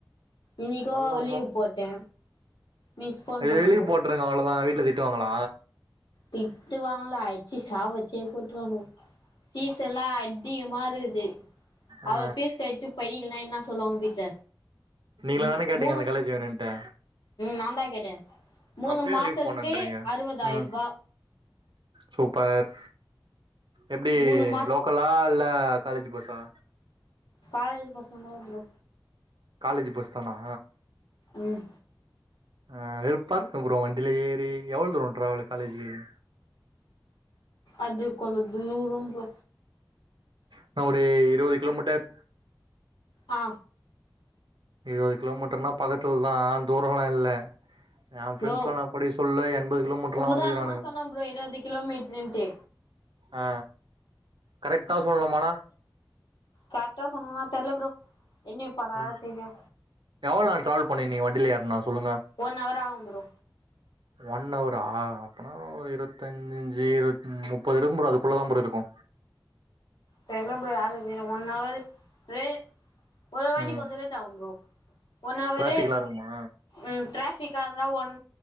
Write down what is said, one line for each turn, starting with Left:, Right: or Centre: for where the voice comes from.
Left: இன்னைக்கு
Right: அவ்ளோதா
Left: லீவ் போட்டே மிஸ் ஃபோன்
Right: டெய்லியு
Left: பண்ணாங்கோ
Right: போட்டுருங்க அவ்ளதா வீட்ல திட்டுவாங்ள
Left: திட்டு வாங்கலா அடிச்சு சாவச்சே போட்டுருவாங்க பீஸ்சல்லா அதிகமா இருக்குது
Right: ஆ
Left: அவ பீஸ் கட்டு படிக்லனா என்ன சொல்லுவாங்க வீட்ல
Right: நீங்களே
Left: மூ
Right: தான கேட்டீங்க
Left: மூணும்
Right: அந்த காலேஜ் வேணுன்ட்டு
Left: நாதா கேட்டே மூணு
Right: அப்பயு
Left: மாசத்துக்கு
Right: லீவ் போணுன்றீங்க
Left: அறுபதாயிருப
Right: ம் சூப்பர் எப்டி
Left: மூணு மாஸ்
Right: லோக் கலா இல்ல காலேஜ் பஸ்சா
Left: காலேஜ் பசங்கதா ப்ரோ
Right: காலேஜ் பஸ் தானா
Left: ம்
Right: ஆ வெறுப்பா இருக்கு ப்ரோ வண்டியில எவ்ள தூர ட்ரவல்லு காலேஜூக்கு
Left: அது கொஞ்ச தூரம் ப்ரோ
Right: என்ன ஒரு இருவது கிலோமீட்டர்
Left: ஆ
Right: இருவது கிலோமீட்டர்னா பக்கத்துலதா தூரல்லா இல்ல எ ஃப்ரெண்ட்ஸ்ல்லா
Left: ப்ரோ
Right: நா படிக்க சொல்ல எண்பது கிலோமீட்டர்ல்லா
Left: உதாரணமா
Right: வந்துக்கிறானுங்க
Left: சொன்ன ப்ரோ இருவது கிலோமீட்டருன்ட்டு
Right: ஆ கரக்டா சொல்லணுமான
Left: கர்க்டா சொல்லனும்னா தெர்ல ப்ரோ என்ன பரா
Right: ஒரு
Left: தெரியு
Right: எவ்ளோ நேர ட்ரவல் பண்ணிந்தீங்க வண்டில ஏற்னா சொல்லுங்க
Left: ஒன் அவர் அவும் ப்ரோ
Right: ஒன் அவரா அப்பனா ஒரு இருவத்தஞ்ச்சு இருமு முப்பது இருக்கு ப்ரோ அதுக்குள்ள தா ப்ரோ இருக்கு
Left: தெர்ல ப்ரோ யாரு இது ஒன் அவர்க் வே ஒரு வாட்டி
Right: ம்
Left: கொஞ்ச லேட்டா ஆவு ப்ரோ ஒன் அவரு
Right: டிராஃபிக்லா இருக்குமா
Left: ம் டிராபிக்காக இருந்தா ஒன்